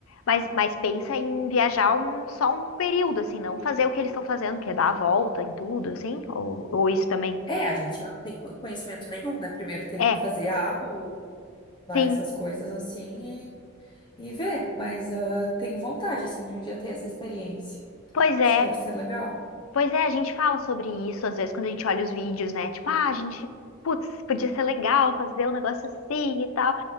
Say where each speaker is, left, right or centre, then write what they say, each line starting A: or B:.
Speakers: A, on the left; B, on the left.
A: Mas, mas pensa em viajar um, só um período, assim, não fazer o que eles estão fazendo, que é dar a volta em tudo, assim? Ou, ou isso também?
B: É, a gente não tem co- conhecimento nenhum, né? Primeiro teria
A: É,
B: que fazer a aula,
A: sim.
B: essas coisas assim e, e ver. Mas ah, tenho vontade, assim, de um dia ter essa experiência.
A: Pois é.
B: Acho que deve ser legal.
A: Pois é, a gente fala sobre isso às vezes quando a gente olha os vídeos, né? Tipo, ah, a gente, putz, podia ser legal fazer um negócio assim e tal.